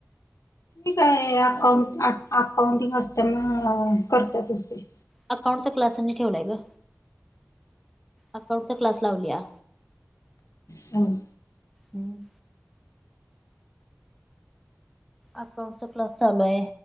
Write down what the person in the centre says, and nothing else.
अकाउंटचा क्लास आणि ठेवलाय ग अकाउंटचा क्लास लावलीया.
हम्म अकउंटचा क्लास चालू आहे